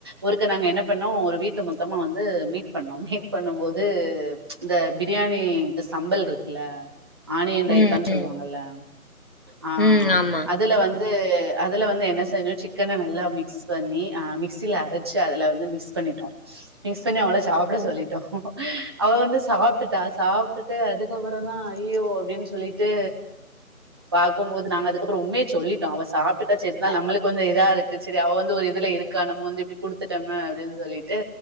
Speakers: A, on the right; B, on the left.
A: ஒருக்க நாங்க என்ன பண்ணோ ஒரு வீட்ல மொத்தமா வந்து மீட் பண்ணோ மீட் பண்ணும் போது இது இந்த பிரியாணிக்கு சம்பல் இருக்குல்ல ஆனியன் ரைத்தான்
B: ம் ம்
A: சொல்லுவாங்கல்ல ஆ
B: ம் ஆமா.
A: அதுல வந் து அதுல வந்து என்ன செஞ்சோ சிக்கன நல்லா மிக்ஸ் ஸ் பண்ணி ஆ மிக்சில அரச்சு அதுல வந்து மிக்ஸ் பண்ணிட்டோ மிக்ஸ் பண்ணி அவள சாப்ட சொல்லிட்டோ அவ வந்து சாப்ட்டுட்டா சாப்ட்டுட்டு அதுக்கப்புறந்தா ஐயோ அப்டின் சொல்லிட்டு பாக்கும்போது நாங்க அதுக்கப்றோ உண்மைய சொல்லிட்டோ அவ சாப்ட்டுட்டா சரிதா நம்மளுக்கு வந்து இதா இருக்கு சரி அவ வந்து ஒரு இதுல இருக் க்கான மூஞ்ச இப்டி குடுத்துட்டமே அப்டின்னு சொல்லிட்டு